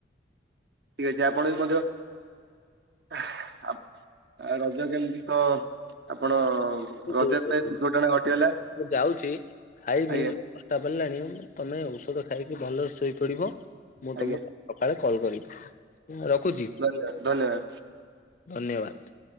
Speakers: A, on the right (about 60°); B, on the left (about 45°).
A: <unintelligible> ଆପଣ ବି ମଧ୍ୟ <unintelligible> ରଜ କେମିତି କ ଆପଣ
B: <unintelligible>
A: ରଜରେ ତ ଏ ଦୁର୍ଘଟଣା ଘଟିଗଲା
B: ମୁ ଯାଉଛି ଖାଇବି।
A: ଆଜ୍ଞା
B: ଚଷ୍ଟା ପଡ଼ିଲାଣି ତମେ ଔଷଧ ଖାଇକି ଭଲରେ ଶୋଇପଡିବ ମୁଁ
A: ଆଜ୍ଞା
B: ତମକୁ ସକାଳେ କଲ କରିବି ରଖୁଛି।
A: <unintelligible> ଧନ୍ୟବାଦ।
B: ଧନ୍ୟବାଦ।